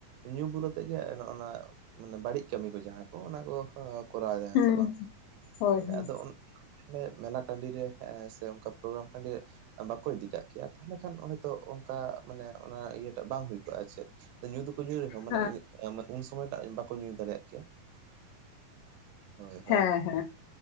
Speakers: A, on the right; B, on the left.
A: ᱧᱩ ᱵᱩᱞ ᱟᱛᱮᱜ ᱜᱮ ᱱᱚᱜᱼᱱᱟ ᱵᱟᱹᱲᱤᱡ ᱠᱟᱹᱢᱤ ᱠᱚ ᱡᱟᱦᱟᱸ ᱠᱚ ᱚᱱᱟ ᱠᱚ ᱠᱚᱨᱟᱣ ᱫᱟ ᱾
B: ᱦᱩᱸ
A: ᱥᱮ ᱵᱟᱝ
B: ᱦᱳᱭ ᱦᱳᱭ
A: ᱟᱫᱚ ᱢᱮᱞᱟ ᱴᱟᱺᱰᱤ ᱨᱮ ᱥᱮ ᱚᱱᱠᱟ ᱯᱨᱳᱜᱨᱟᱢ ᱴᱟᱺᱰᱤ ᱨᱮ ᱵᱟᱠᱚ ᱤᱫᱤ ᱠᱟᱜ ᱠᱮᱭᱟ ᱛᱟᱦᱚᱞᱮ ᱠᱷᱟᱱ ᱦᱚᱭᱛᱳ ᱚᱱᱠᱟ ᱢᱟᱱᱮ ᱚᱱᱟ ᱤᱭᱟᱹᱴᱟᱜ ᱵᱟᱝ ᱦᱩᱭ ᱠᱚᱜᱼᱟ ᱪᱮᱫ? ᱧᱩ ᱫᱚᱠᱚ ᱧᱩᱭ ᱨᱮᱦᱚᱸ ᱢᱟᱱᱮ
B: ᱦᱮᱸ
A: ᱩᱱ ᱥᱚᱢᱚᱭᱴᱟᱜ ᱵᱟᱠᱚ ᱧᱩ ᱫᱟᱲᱮᱭᱟᱜ ᱠᱮᱭᱟ᱾ ᱦᱳᱭ ᱦᱳᱭ᱾
B: ᱦᱮᱸ ᱦᱮᱸ